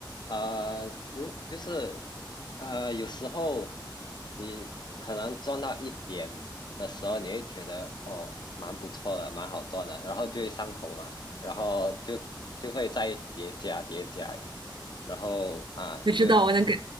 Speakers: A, on the left (about 60°); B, on the right (about 70°).
A: 呃，如就是呃，有时候你可能赚到一点的时候，你会觉得哦，蛮不错的，蛮好赚的，然后就会上头嘛，然后就就会再叠加叠加，然后啊，就
B: 我知道我能感，